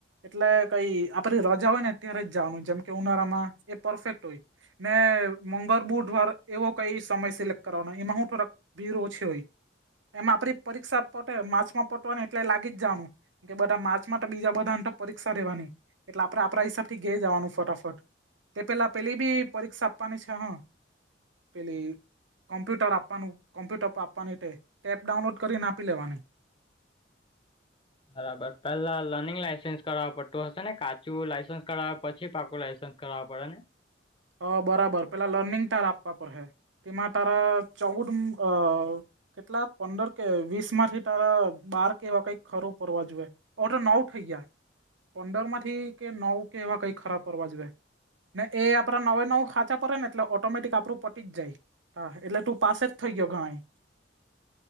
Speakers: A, on the right; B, on the left.
A: એટલે કઈ આપડી રજા હોય ને, ત્યારે જ જવાનું, જેમ કે ઉનાળામાં એ પરફેક્ટ હોય. ને મંગળ બુધવાર એવો કઈ સમય સિલેક્ટ કરવાનો, એમાં હું થોરોક બીરો છે હોય એમ, આપડી પરીક્ષા માર્ચમાં પટવાની એટલે જ જવાનું. કે બધા માર્ચ માટે બીજા બધાની પરીક્ષા રહેેવાની, એટલે આપણેે આપણા હિસાબથી ઘે જવાનું ફટાફટ. તે પેલા પેલી બી પરીક્ષા આપવાની છે હ, પેલી. કોમ્પુટર આપ્પાનું, કોમ્પ્યુટર પર આપવાની તે ટેપ ડાઉનલોડ કરીને આપી લેવાનુ.
B: બરાબર, પેલા લર્નિંગ લાયસન્સ કરાવવા પડતું હશે ને, કાચું લાયસન્સ કરાવ પછી પાકું લાયસન્સ. કરાવવા પડે ને?
A: અ બરાબર, પેલા લર્નિંગ તાર આપવા પડ હે, એમાં તારા ચૌદ અ કેટલા પંદર કે, વીસ માંથી તારા બાર કેવા કઈંક ખરું પરવા જોઈએ. અવેતો નવ થઈ ગયા. પંદર માંથી કે નવ કે એવા કઈ ખરા પરવા જોઈએ ને, એ આ આપણા નવે નવ હાચા પડે ને, એટલે ઓટોમેટિક આપણું પટી જ જાય. હા, એટલે તું પાસ જ થઈ ગયો ગણાય.